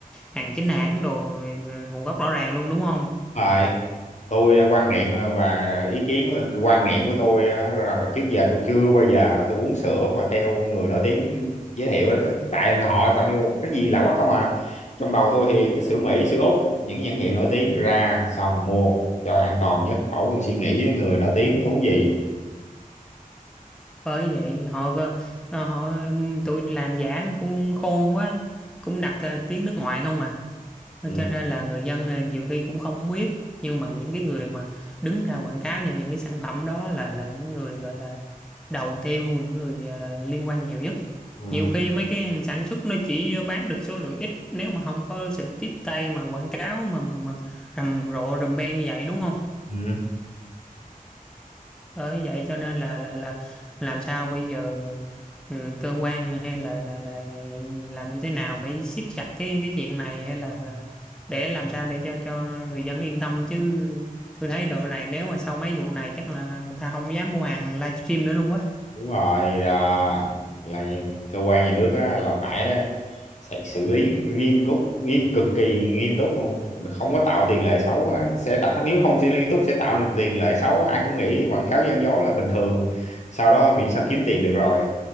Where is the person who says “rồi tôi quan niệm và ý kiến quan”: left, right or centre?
Left